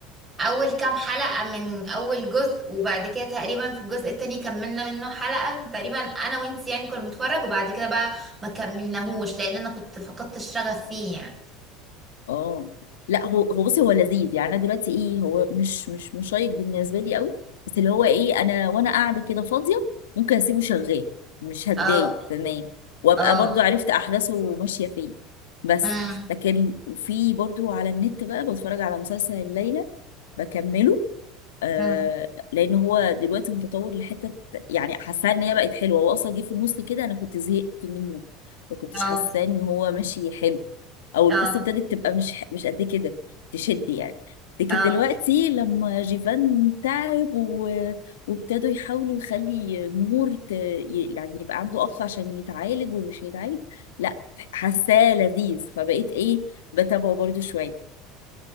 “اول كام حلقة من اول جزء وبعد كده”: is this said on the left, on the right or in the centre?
Right